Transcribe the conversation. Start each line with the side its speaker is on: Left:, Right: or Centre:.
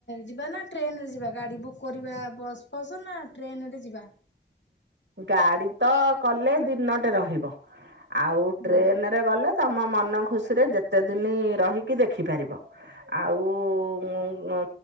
Left: ଯିବା ନା ଟ୍ରେନରେ ଯିବା ଗାଡି ବୁକ୍ କରିବା ବସ୍ ହସ ନା ଟ୍ରେନ ରେ ଯିବା
Right: ଗାଡି ତ କଲେ ଦିନଟେ ରହିବ ଆଉ
Left: ହୁଁ
Right: ଟ୍ରେନରେ ଗଲେ ତୁମ ମନ ଖୁସିରେ ଯେତେ ଦିନ ରହିକି ଦେଖିପାରିବ ଆଉ